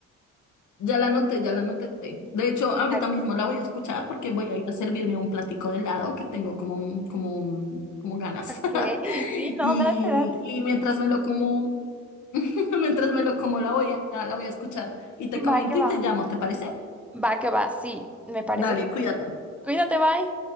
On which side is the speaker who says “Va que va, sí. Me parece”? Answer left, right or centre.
Centre